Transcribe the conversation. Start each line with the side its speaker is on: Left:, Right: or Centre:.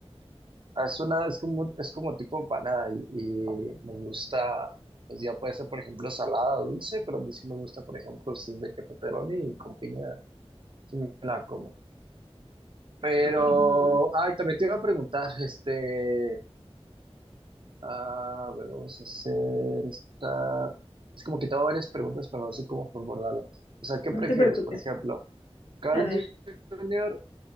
Right: Ah, Es una, es como, es como tipo empanada y, y me gusta, pues ya puede ser por ejemplo salada, dulce, pero a mí sí me gusta por ejemplo si es de que pepperoni y con piña, sí me la como. Pero,
Left: no, no,
Right: ay, también te iba a preguntar, este, ah, a ver, vamos a hacer esta, es como que tengo varias preguntas, pero no sé cómo formularla. O sea, ¿qué
Left: no
Right: prefieres,
Left: te preocupes.
Right: por ejemplo? Carl
Left: A ver,
Right: Jr.,